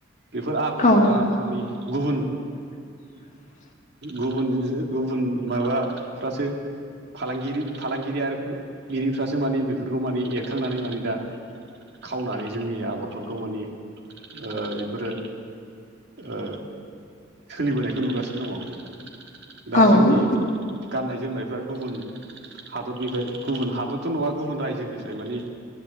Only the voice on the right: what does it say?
बेफोर आगरखौ
दा माने गुबुन
गुबुन जि गुबुन माबाफ्रासो फालांगिरि फालांगिरि आरिफ्रासो मानि बेफोरखौ माने एर खांनानै माने दा खावनानै जोंनि आगरफोरखौ माने ओ बेफोरो ओ सोलिबोनायखौ नुगासिनो दङ माने दा
जोंनि
गाननाय जोमनायफ्रा गुबुन हादरनिफ्राय गुबुन हादरथ' नङा गुबुन रायजोनिफ्राय माने